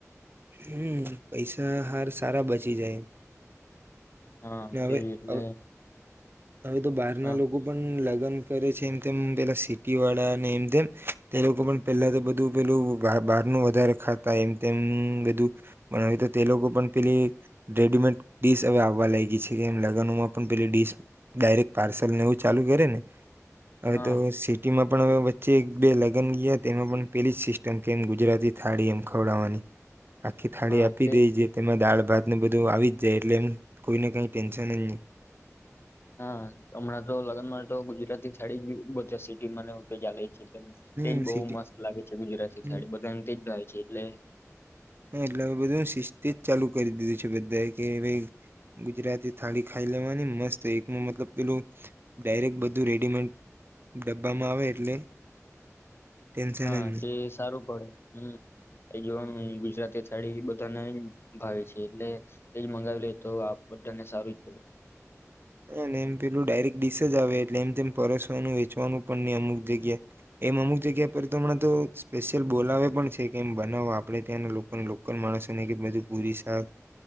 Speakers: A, on the right (about 45°); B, on the left (about 45°).
A: હમ પૈસા હાર સારા બચી જાય.
B: હા,
A: ને
B: તેજ
A: હવે
B: એટલે
A: હવે હવે તો બહાર
B: હા
A: ના લોકો પણ. ગન કરે છે એમ તેમ પેલા સિટી વાળા અને એમ તેમ તે લોકો પણ પેલા તો બધું પેલું બહાર નું વધારે ખાતા એમ તેમ બધું બના તો તે લોકો પણ પેલી રેડીમેડ ડીસ હવે આવવા લાય. ડિસ લગનોમાં પણ પેિસ ડાયરેક પાર્સલ ને એવું ચાલુ કરે ને. હવે
B: હા
A: તો સિટીમાં. પણ હવે વચ્ચે એક બે લગ્ન ગયા તેમાં પણ પેલી જ સિસ્ટમ કે એમ ગુજરાતી થાળી એમ ખવડાવવાની. આખી થાળી
B: હા
A: આપી
B: તેજ
A: દે જે. તેમાં દાળ. ભાત ને બધું આવી જ જાય. એટલે એમ કોઈને કઈ ટેન્શન જ નહીં.
B: હા હમણાં તો લગનમાં તો ગુજરાતી થાળી જ અ બધા સિટીમાં ચાલે છે. તેજ
A: હમ
B: બહુ
A: સિટી
B: મસ્ત લાગે છે ગુજરાતી
A: હમ
B: થાડી બધાને તેજ ભાવ છે. એટલે
A: હ એટલે હવે બધું શિસ્તેજ ચાલુ કરી દીધું છે. બધાએ કે ગુજરાતી થાળી ખાઈ લેવાની મસ્ત એકમાં મતલબ પેલું ડાયરેક્ટ બધું રેડીમેડ ડબ્બામાં આવે એટલે. ટેન્શન
B: હા.
A: જ નહીં
B: તે સારું પડે. હમ એ જોવાનું ગુજરાતી થાળી બધાને ભાવે છે એટલે એજ મંગાવી લે તો આપ બધાને સારું જ પડે.
A: હ એમ પેલું ડાયરેક્ટ ડીસ જ આવે એટલે એમ તેમ પરસવાનું વેચવાનું પણ નહી અમુક જગ્યા એમ અમુક જગ્યા પર તો હમણાં તો સ્પેશિયલ બોલાવે પણ છે કે એમ બનાવો આપડે ત્યાંના લોકલ માણસોને કેજું પુરી શાક